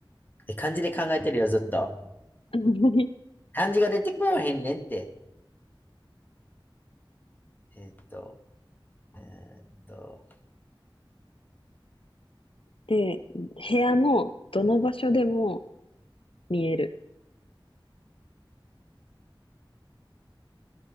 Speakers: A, on the left (about 20°); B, on the left (about 85°).
A: え、漢字で考えてるよ、ずっと。
B: い。<laughs>
A: 漢字が出てこうへんねんって。えーっと、えーっと、
B: で、部屋のどの場所でも見える。